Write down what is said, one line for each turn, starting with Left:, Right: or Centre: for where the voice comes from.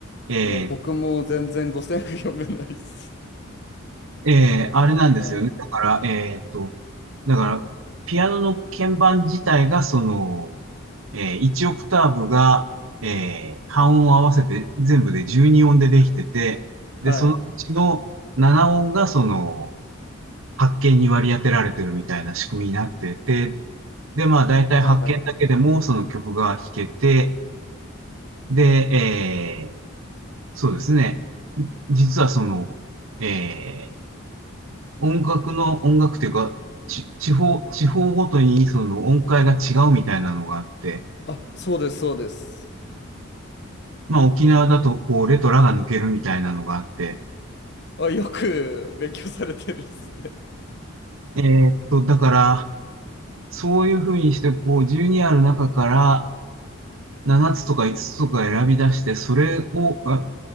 Right: えー
Left: いや、僕も全然五線譜読めないです。
Right: ええあれなんですよね。
Left: はい。
Right: だから、えーっと、だから、ピアノの鍵盤自体が、その、えー、1オクターブが、えー、半音合わせて全部で12音でできてて、
Left: はい。
Right: で、そのうちの7音が、その、8鍵に割り当てられてるみたいな仕組みになってて、で、まあ、だいたい鍵だけでも、
Left: はいはいはい。
Right: その曲が弾けて、で、えー、そうですね。実はその、えー音楽の、音楽というか、ち、地方、地方ごとにその音階が違うみたいなのがあって、
Left: あ、そうです、そうです。
Right: まあ沖縄だとこうレとラが抜けるみたいなのがあって、
Left: あ、よく勉強されてるですね。
Right: えーっと、だから、そういうふうにしてこう12ある中から7つとか5つつとか選び出して、それをあ